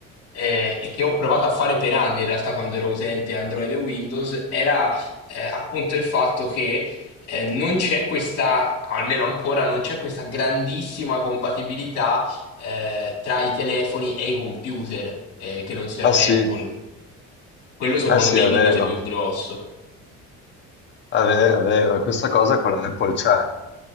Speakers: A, on the left; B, on the left.
A: eh, e che ho provato a fare per anni in realtà quando ero utente Android e Windows, era eh, appunto il fatto che eh, non c'è questa, almeno ancora, non c'è questa grandissima compatibilità eh, tra i telefoni e i computer eh, che non siano
B: Ah sì,
A: Apple. Quello secondo
B: ah sì,
A: me
B: è
A: è il limite
B: vero,
A: più grosso.
B: è vero, è vero, questa cosa con l'Apple c'è,